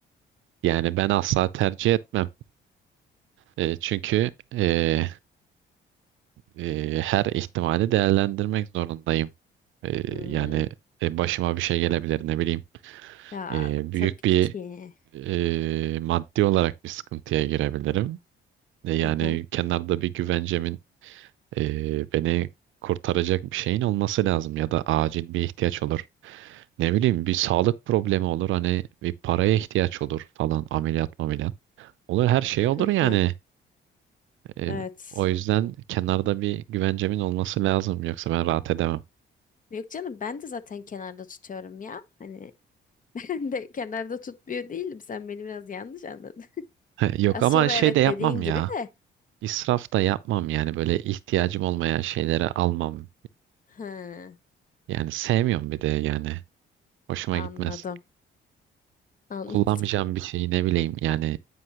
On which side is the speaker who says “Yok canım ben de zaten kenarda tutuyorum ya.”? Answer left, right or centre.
Left